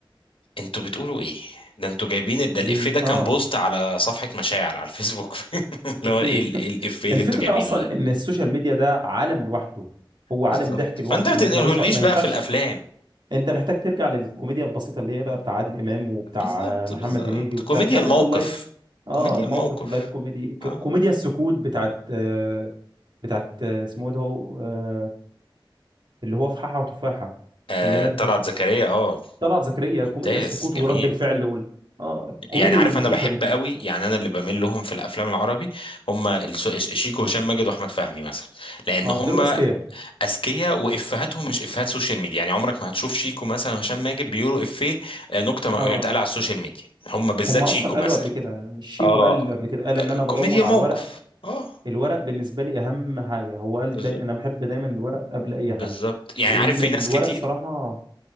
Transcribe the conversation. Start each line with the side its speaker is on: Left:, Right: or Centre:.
Left: أنتوا بتقولوا إيه؟ ده أنتوا جايبين ده
Right: بي
Left: الإفيه ده كان
Right: اه
Left: بوست على صفحة مشاعر على الفيسبوك <laughs> اللي
Right: اكيد
Left: هو إيه ال- إيه
Right: <laughs>
Left: الإفيه اللي
Right: الفكره
Left: أنتوا جايبينه
Right: اصلا
Left: ده؟
Right: ان السوشيال ميديا ده عالم لوحده هو عالم
Left: بالظبط
Right: ضحك لوحده
Left: فأنت ما
Right: ما
Left: تنقلهوليش
Right: ملوش ع- ما
Left: بقى
Right: ينفعش
Left: في الأفلام
Right: انت محتاج ترجع للكوميديا البسيطه اللي هي بقى بتاع عادل امام وبتاع
Left: بالظبط
Right: آه، محمد
Left: بالظبط
Right: هنيدي وبتاع
Left: كوميديا
Right: الحاجات
Left: الموقف
Right: اللايت اه
Left: كوميديا
Right: الموقف
Left: الموقف
Right: اللايت كوميدي ك-
Left: أه
Right: كوميديا السكوت بتاعت آه، بتاعت آه، اسمه ايه ده هو آه، اللي هو فححة وتفاحة
Left: آه،
Right: اللي مات ده
Left: طلعت زكريا أه
Right: طلعت زكريا
Left: ممتاز
Right: كوميديا السكوت
Left: جميل
Right: ورد الفعل وال... اه الكوميديا
Left: يعني عارف
Right: دي اللطيفة
Left: انا بحب
Right: دي
Left: قوي يعني انا اللي بميل لهم في الافلام العربي هم الس- شيكو هشام ماجد واحمد فهمي مثلا لان
Right: اه
Left: هم
Right: دول اذكياء
Left: اذكياء وافهاتهم مش افهات سوشيال ميديا يعني عمرك ما هتشوف شيكو مثلا وهشام ماجد بيقولوا افيه آه، نكته م- اتقال
Right: اه
Left: على السوشيال ميديا هم بالذات
Right: هم اصلا
Left: شيكو مثلا
Right: قالوا قبل كده شيكو
Left: اه
Right: قال قبل كده قال ان انا بدور
Left: كوميديا موقف
Right: على الورق
Left: اه
Right: الورق بالنسبة لي اهم حاجة هو قال
Left: بالظبط
Right: داي... انا بحب دايما الورق قبل اي حاجة
Left: بالظبط يعني
Right: لان
Left: عارف في
Right: الورق
Left: ناس كتير
Right: صراحة